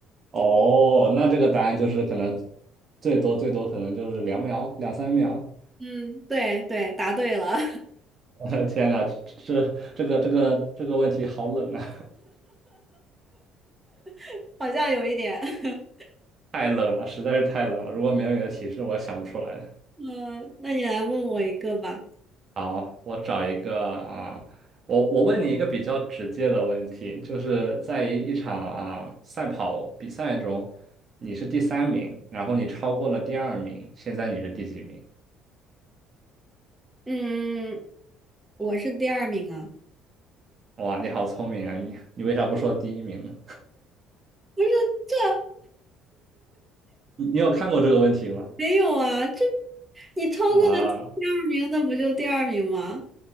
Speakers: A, on the right (about 45°); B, on the right (about 15°).
A: 哦，那这个答案就是可能最多最多可能就是两秒两三秒。<laughs>
B: 嗯，对对，答对了，
A: 我的天呐，这这个这个这个问题好冷啊，
B: <laughs> 好像有一点。<laughs>
A: <laughs> 太冷了，实在是太冷了。如果没有你的提示，我想不出来。
B: 嗯，那你来问我一个吧。
A: 好，我找一个啊，我我问你一个比较直接的问题，就是在一一场啊赛跑比赛中，你是第三名，然后你超过了第二名，现在你是第几名？
B: 嗯，我是第二名啊。
A: 哇，你好聪明啊！你你为啥不说第一名呢？
B: 不是，这
A: <laughs> 你你有看过这个问题吗？
B: 没有啊，这你超过了第二名，
A: 啊，
B: 那不就第二名吗？